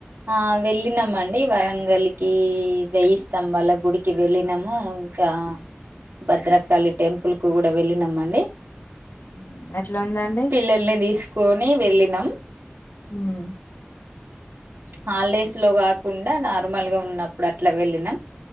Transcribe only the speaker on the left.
హ్మ్. ఎట్లా ఉందండి
హ్మ్.